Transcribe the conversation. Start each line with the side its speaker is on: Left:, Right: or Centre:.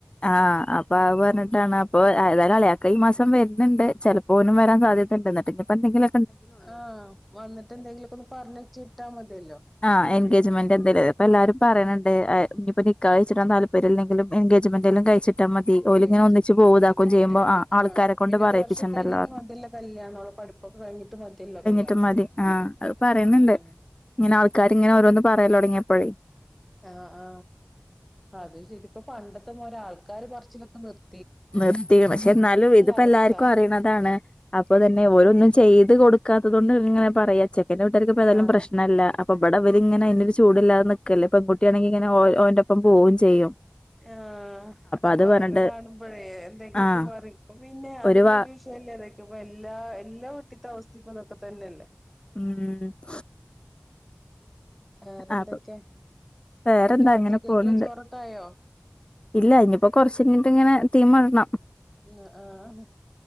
Left: ആഹ അപ്പൊ അത് പറഞ്ഞിട്ടാണ് അപ്പൊ ഏതായാലും അളിയാക്ക ഈ മാസം വരുന്നുണ്ട് ചെല പോന്നും വരാൻ സാധ്യതുണ്ട് ന്നിട്ട് പ്പോ എന്തങ്കിലും
Centre: ആഹ വന്നിട്ട് എന്തെങ്കിലുമൊക്ക ഒന്ന് പറഞ്ഞിച്ച് ഇട്ടാ മതിയല്ലോ.
Left: ആ എൻഗേജ്മെന്റ് എന്തേല അപ്പ എല്ലാരും പറയണണ്ട്
Centre: ആഹ്
Left: ഇനിപ്പോ നിക്കാ ഹ് കഴിച്ചിടാൻ താല്പര്യമല്ലെങ്കില് എൻഗേജ്മെന്റല്ലും കഴിച്ചിട്ടാൽ മതി. ഓലിങ്ങനെ
Centre: കേട്ടിട്ടിട്ടുണ്ടെങ്കിൽ
Left: ഒന്നിച്ച് പോവും ഇതാക്കും
Centre: പിന്നെ
Left: ചെയ്യുമ്പോ ആഹ്
Centre: ആ
Left: ആൾക്കാരെ കൊണ്ട്
Centre: പിന്നെ
Left: പറയിപ്പിച്ചണ്ടല്ലോ
Centre: ഒരു വർഷം കഴിഞ്ഞിട്ട്
Left: പറഞ്ഞു
Centre: മതിയല്ലൊ കല്യാണം ഓളെ പഠിപ്പ് ഒക്കെ കഴിഞ്ഞട്ട് മതിയല്ലോ കല്യാണം
Left: ഇറ്റ മതി ആഹ അത് പറയുന്നുണ്ട്
Centre: ഉം ഉം
Left: ഇങ്ങനെ ആൾക്കാർ ഇങ്ങനെ ഓരോന്ന് പറയല് തുടങ്ങിയപ്പോഴേ
Centre: ആ ആ അത് ശരിപ്പ പണ്ടത്തെ പോലെ ആൾക്കാര് പറച്ചിലൊക്കെ നിർത്തി
Left: നിർത്തി പക്ഷെ എന്നാലും ഇതിപ്പോ
Centre: അവസ്ഥ
Left: എല്ലാർക്കും അറിയണതാണ്. അപ്പൊ തന്നെ ഓരോന്നും ചെയ്ത് കൊടു ക്കാത്തത് കൊണ്ട്ങ്ങനെ പറയാ ചെക്കന്റെ വീട്ടർക്ക് ഇപ്പോ ഏതായാലുപ്രശ്നല്ല.
Centre: ആഹ്
Left: അപ്പ അവിടെ അവര്ങ്ങനെ അയിന്റൊരു ചൂടില്ലാതെ നിക്കല്ലേ പെൺകുട്ടിണെങ്കി ഇങ്ങനെഓന്റെ ഒപ്പം പോകും ചെയ്യും.
Centre: ആ അപ്പൊ
Left: അത്
Centre: അതൊക്കെ
Left: പറഞ്ഞിട്ട്
Centre: കാണുമ്പോഴേ എന്തെങ്കിലൊക്കെ
Left: ആഹ്
Centre: പറയും പിന്നെ അതൊന്നരു
Left: ഒരു വാ
Centre: വിഷ പല്ലേ എല്ലാ വീട്ടിത്തെ അവസ്ഥക്കപ്പതൊക്കെന്നെയല്ലേ.
Left: ഉം <inaudible>
Centre: വേറെന്തൊക്കെ
Left: അപ്പൊ വേറെന്താ
Centre: ഇ രാത്രി
Left: അങ്ങനെ
Centre: കേൽക്കുള്ള
Left: പോണണ്ട്
Centre: ചോറട്ക്കായോ.
Left: ഇല്ല നിയിപ്പോ കൊറച്ചഴിങ്ങിട്ട് ഇങ്ങനെ ത്തീമടണം.
Centre: ഇല്ലാ ആഹ